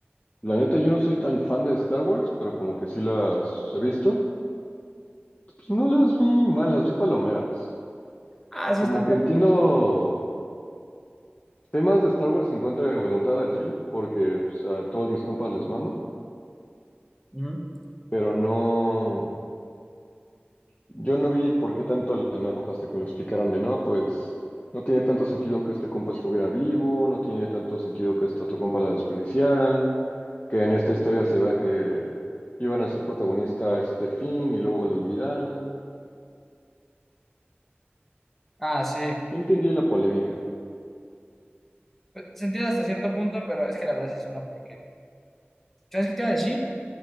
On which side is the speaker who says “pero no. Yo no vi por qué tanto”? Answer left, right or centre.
Left